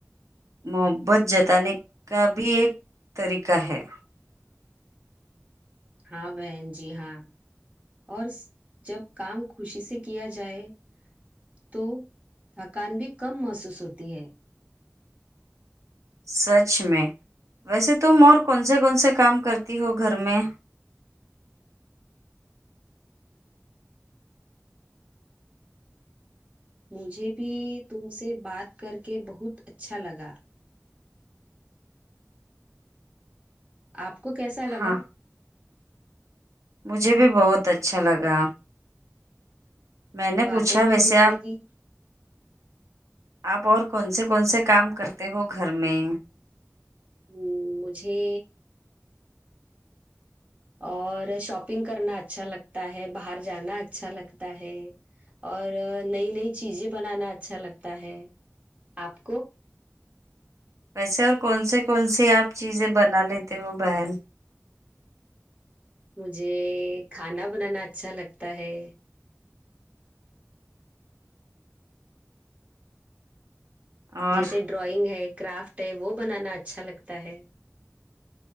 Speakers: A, on the right; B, on the right.
A: محبت جتانے کا بھی ایک طریقہ ہے
B: ہاں بہن جی ہاں اور جب کام خوشی سے کیا جائے تو تھکان بھی کم محسوس ہوتی ہے
A: سچ میں ویسے تم اور کون سے کون سے کام کرتی ہو گھر میں
B: مجھے بھی تم سے بات کر کے بہت اچھا لگا آپ کو کیسا لگا
A: ہاں مجھے بھی بہت اچھا لگا میں نے
B: واقعی
A: پوچھا
B: میں
A: ویسے
B: زندگی
A: آپ آپ اور کون سے کون سے کام کرتے ہو گھر میں
B: ہمم مجھے اور شاپنگ کرنا اچھا لگتا ہے باہر جانا اچھا لگتا ہے اور نئی نئی چیزیں بنانا اچھا لگتا ہے آپ کو
A: ویسے اور کون سے کون سے آپ چیزیں بنا لیتے ہو بہن
B: مجھے کھانا بنانا اچھا لگتا ہے
A: اور
B: جیسے ڈرائنگ ہے کرافٹ ہے وہ بنانا اچھا لگتا ہے